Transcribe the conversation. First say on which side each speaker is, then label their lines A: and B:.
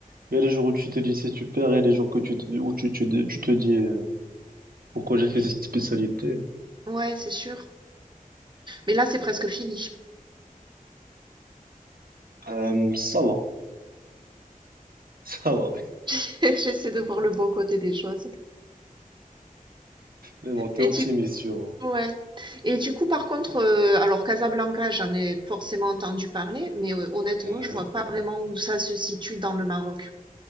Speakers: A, on the right; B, on the right.
A: il y a des jours où tu te dis c'est super, il y a des jours que tu te- où tu, tu, tu te dis euh, pourquoi j'ai fait
B: Mm.
A: cette spécialité.
B: Ouais, c'est sûr. Mais là, c'est presque fini.
A: Euh, ça va, <laughs> ça va.
B: <laughs> J'essaie de voir le bon côté des choses.
A: Mais bon, t'es
B: Et
A: optimiste,
B: tu
A: je vois.
B: Ouais. Et du coup, par contre, heu, alors Casablanca, j'en ai forcément entendu parler, mais heu, honnêtement,
A: Euh,
B: je vois
A: ouais.
B: pas vraiment où ça se situe dans le Maroc.